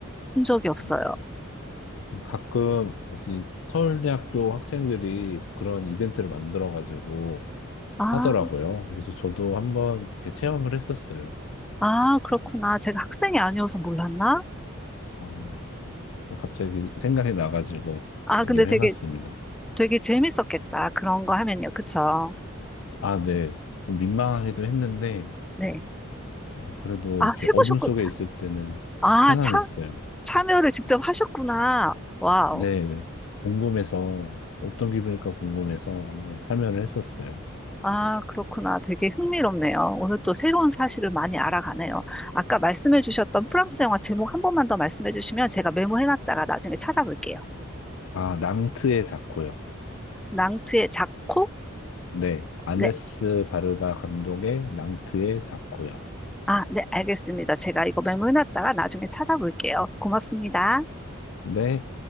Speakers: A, in the centre; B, on the left.
A: 본 적이 없어요.
B: 어, 가끔 어디 서울대학교 학생들이 그런 이벤트를 만들어가지고
A: 아,
B: 하더라고요. 그래서 저도 한번 이렇게 체험을 했었어요.
A: 아, 그렇구나. 제가 학생이 아니어서 몰랐나?
B: 어, 갑자기 생각이 나가지고
A: 아,
B: 얘기를
A: 근데 되게,
B: 해봤습니다.
A: 되게 재밌었겠다. 그런 거 하면요. 그쵸?
B: 아, 네. 좀 민망하기도 했는데,
A: 네.
B: 어, 그래도
A: 아,
B: 이렇게
A: 해보셨군.
B: 어둠 속에 있을 때는
A: 아,
B: 편안했어요.
A: 참, 참여를 직접 하셨구나. 와우.
B: 네. 궁금해서, 어떤 기분일까 궁금해서 한번 참여를 했었어요.
A: 아, 그렇구나. 되게 흥미롭네요. 오늘 또 새로운 사실을 많이 알아가네요. 아까 말씀해 주셨던 프랑스 영화 제목 한 번만 더 말씀해 주시면 제가 메모해 놨다가 나중에 찾아볼게요.
B: 아, 낭트의 사코요.
A: 낭트의 자코?
B: 네. 아네스
A: 네.
B: 바르다 감독의 낭트의 사코요.
A: 아, 네, 알겠습니다. 제가 이거 메모해 놨다가 나중에 찾아볼게요. 고맙습니다.
B: 네.